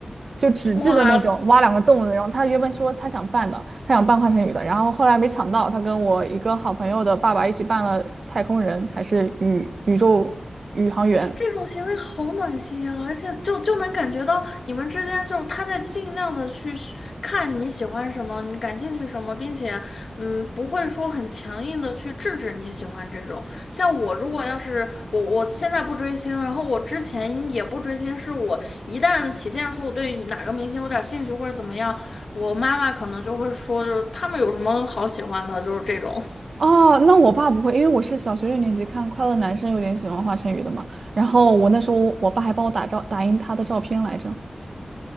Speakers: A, on the right (about 75°); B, on the left (about 80°).
A: 就纸质的那种，
B: <laughs> 哇，
A: 挖两个洞的。然后他原本说他想办的，他想办华晨宇的，然后后来没抢到，他跟我一个好朋友的爸爸一起办了太空人，还是宇宇宙宇航员。
B: 这种行为好暖心啊，而且就就能感觉到你们之间就是他在尽量的去寻看你喜欢什么，你感兴趣什么，并且嗯不会说很强硬的去制止你喜欢这种。像我如果要是我我现在不追星，然后我之前也不追星，是我一旦体现出我对哪个明星有点兴趣或者怎么样，我妈妈可能就会说就是他们有什么好喜欢的，就是这种。
A: 哦，那我爸不会，因为我是小学六年级看《快乐男生》，有点喜欢华晨宇的嘛。然后我那时候，我爸还帮我打照打印他的照片来着。